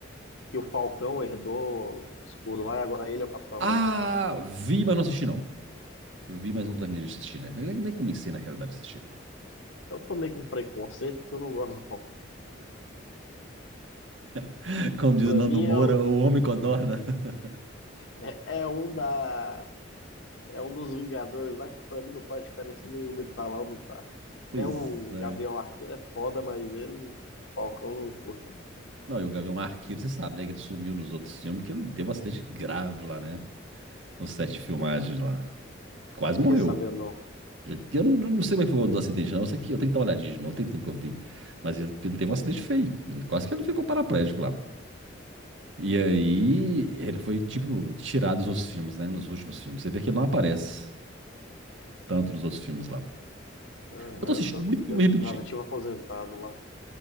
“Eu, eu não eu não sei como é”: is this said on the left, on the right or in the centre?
Right